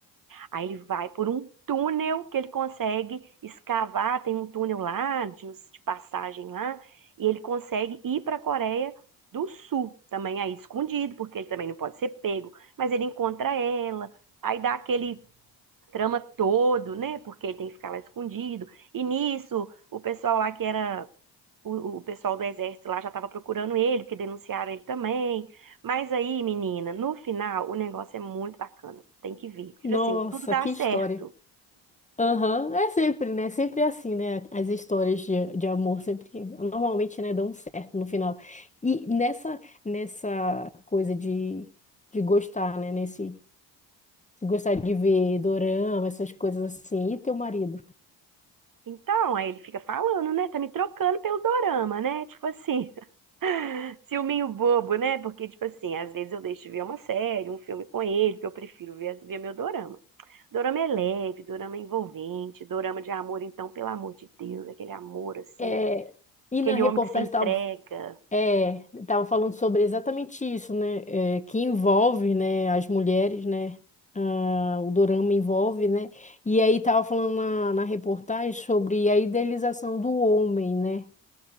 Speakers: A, on the right; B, on the left.
A: Aí ele vai por um túnel que ele consegue escavar, tem um túnel lá de, de passagem lá, e ele consegue ir para a Coreia do Sul, também aí escondido, porque ele também não pode ser pego, mas ele encontra ela, aí dá aquele trama todo, né? Porque ele tem que ficar lá escondido. E nisso, o pessoal lá que era o, o pessoal do exército lá já estava procurando ele, porque denunciaram ele também. Mas aí, menina, no final, o negócio é muito bacana. Tem que ver. Tipo
B: Nossa,
A: assim, tudo dá
B: que
A: certo.
B: história. Aham, É sempre, né? Sempre é assim, né? As histórias de, de amor sempre, normalmente, né, dão certo no final. E nessa, nessa coisa de, de gostar, né? Nesse Se gostar de ver dorama, essas coisas assim. E teu marido?
A: Então, aí ele fica falando, né? Tá me trocando pelo dorama, né? Tipo assim, <laughs> ciúminho bobo, né? Porque, tipo assim, às vezes eu deixo de ver uma série, um filme com ele, que eu prefiro ver, ver meu dorama. Dorama é leve, dorama é envolvente, dorama de amor, então, pelo amor de Deus, aquele amor, assim,
B: É, e
A: aquele
B: na reportagem
A: homem que se entrega.
B: estava é, tava falando sobre exatamente isso, né? É, que envolve, né, as mulheres, né? Ah, o dorama envolve, né? E aí tava falando na, na reportagem sobre a idealização do homem, né?